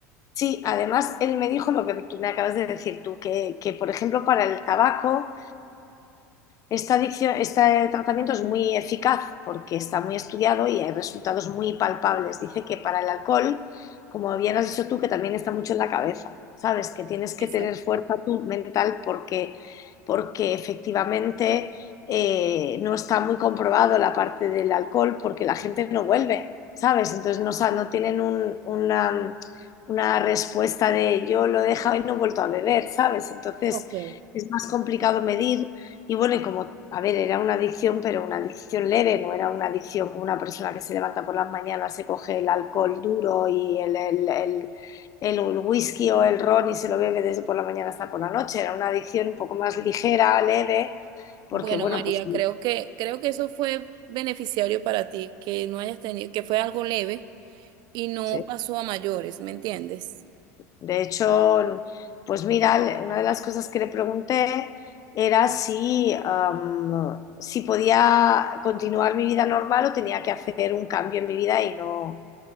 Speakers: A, on the left; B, on the right.
A: sí, además él me dijo lo que tú me acabas de decir tú, que, que por ejemplo para el tabaco Esta adicción- este tratamiento es muy eficaz porque está muy estudiado y hay resultados muy palpables. Dice que para el alcohol, como bien has dicho tú, que también está mucho en la cabeza, ¿sabes? Que tienes que
B: Exacto.
A: tener fuerza tú mental porque, porque efectivamente eh, no está muy comprobado la parte del alcohol porque la gente no vuelve, ¿sabes? Entonces no, sa- no tienen un- una, una respuesta de yo lo he dejado y no he vuelto a beber, ¿sabes? Entonces
B: Ok.
A: es más complicado medir. Y bueno, y como, a ver, era una adicción, pero una adicción leve, no era una adicción como una persona que se levanta por las mañanas, se coge el alcohol duro y el, el, el, el whisky o el ron y se lo bebe desde por la mañana hasta por la noche. Era una adicción un poco más ligera, leve, porque
B: Bueno,
A: bueno,
B: María,
A: pues
B: creo que creo que eso fue beneficiario para ti, que no hayas tenido, que fue algo leve y no
A: sí.
B: pasó a mayores, ¿me entiendes?
A: de hecho, pues mira, una de las cosas que le pregunté era si, am, si podía continuar mi vida normal o tenía que hacer un cambio en mi vida y no